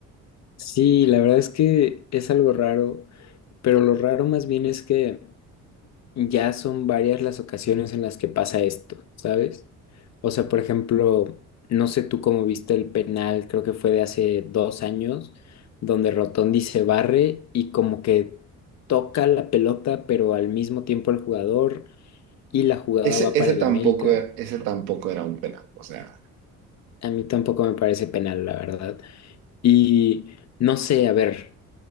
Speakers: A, on the left; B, on the right.
A: Sí, la verdad es que es algo raro, pero lo raro más bien es que ya son varias las ocasiones en las que pasa esto, ¿sabes? O sea, por ejemplo, no sé tú cómo viste el penal, creo que fue de hace dos años, donde Rotondi se barre y como que toca la pelota, pero al mismo tiempo el jugador y la jugada
B: Ese,
A: va para
B: ese
A: el
B: tampoco,
A: América.
B: ese tampoco era un penal, o sea,
A: A mí tampoco me parece penal, la verdad. Y no sé, a ver,